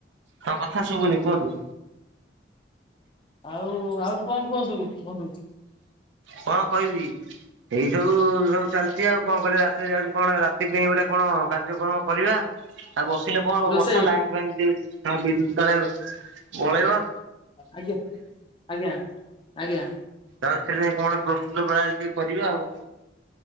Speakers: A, on the right (about 75°); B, on the left (about 25°).
A: ହଁ କଥା ଶୁଭୁନି କୁହନ୍ତୁ?
B: ଆଉ ଆଉ କଁ କୁହନ୍ତୁ ବନ୍ଧୁ?
A: କ କହିବି ଏଇ ଯୋଉ ସବୁ ଚାଲିଚି ଆଉ କଁ କରିବା ରାତିରେ ଯାଉଚି କଣା ରା ତି ପାଇଁ ଗୋଟେ କଣ କାର୍ଯ୍ୟକ୍ରମ କରିବା ଆଉ ବସିଲେ କଁ ହବ
B: ରୋଷେଇ
A: ବର୍ଷା ଲାଇନ ଫାଇନ୍ ଦିଉ ତା ବିଦ୍ୟୁତ୍ କାଳେ ମଳେଇବ।
B: ଆଜ୍ଞା ଆଜ୍ଞା ଆଜ୍ଞା
A: ତମେ ଥିଲେ କଣ ପ୍ରସ୍ତୁତ ବେଳାଳି ଟିକେ କରିବା ଆଉ।